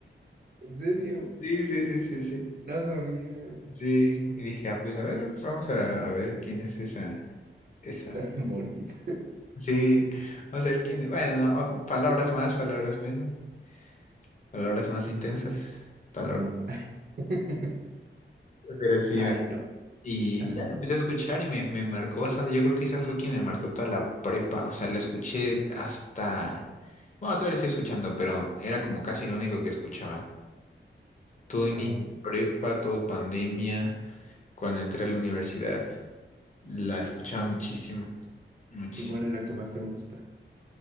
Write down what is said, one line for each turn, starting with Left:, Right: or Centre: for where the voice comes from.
Right: ¿En serio?
Left: sí, sí, sí, sí.
Right: No sabía.
Left: Sí, y dije, ah, pues a ver, vamos a, a ver quién es esa, esa.
Right: Está bien bonita.
Left: Sí, o sea, el quién, bueno, o- palabras más, palabras menos, palabras más intensas, palabras,
Right: No. <laughs>
Left: pero sí,
Right: Ay,
Left: me-
Right: no.
Left: y,
Right: Ajá.
Left: y ya lo empecé a escuchar y me, me marcó bastante, yo creo que esa fue quien me marcó toda la prepa, o sea, lo escuché hasta, bueno, todavía lo sigo escuchando, pero era como casi lo único que escuchaba, todo inicio
Right: No.
Left: de prepa, todo pandemia, cuando entré a la universidad, la escuchaba muchísimo, muchísimo,
Right: ¿Y cuál es la que más te gusta?